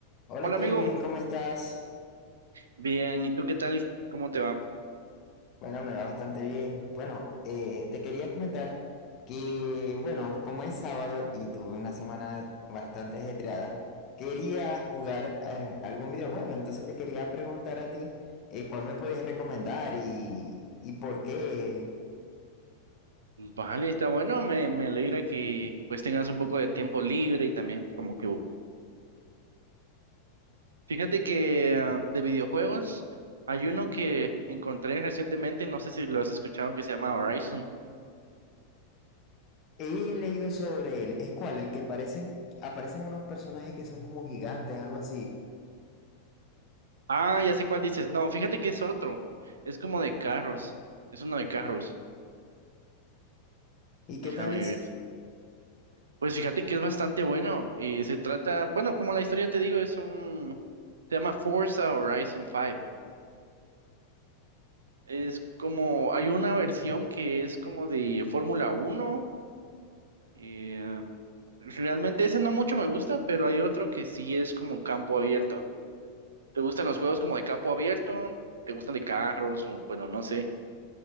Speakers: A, on the left (about 35°); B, on the right (about 70°).
A: Hola
B: Hola
A: Kevin,
B: amigo,
A: ¿cómo estás?
B: bien, ¿y tú qué tal? ¿Cómo te va?
A: Bueno, me va bastante bien. Bueno, eh, te quería comentar que,
B: Sí.
A: bueno, como es sábado y tuve una semana bastante ajetreada, quería jugar eh, algún videojuego. Entonces te quería preguntar a ti eh, cuál me podías recomendar y, y por qué.
B: Vale, está bueno, me, me alegra que, que, pues tengas un poco de tiempo libre y también como que... Fíjate que ah, de videojuegos hay uno que encontré recientemente, no sé si lo has escuchado, que se llama Horizon.
A: He leído sobre él. ¿Es cuál? El que parecen, aparecen unos personajes que son como gigantes, algo así.
B: Ah, ya sé cuál dices. No, fíjate que es otro, es como de carros, es uno de carros,
A: ¿Y qué
B: déjame
A: tal es?
B: ver. Pues fíjate que es bastante bueno y se trata, bueno, como la historia te digo, es un... Se llama Forza Horizon 5. Es como, hay una versión que es como de Fórmula uno eh, realmente ese no mucho me gusta, pero hay otro que sí es como campo abierto. ¿Te gustan los juegos como de campo abierto? ¿Te gustan de carros? O bueno, no sé.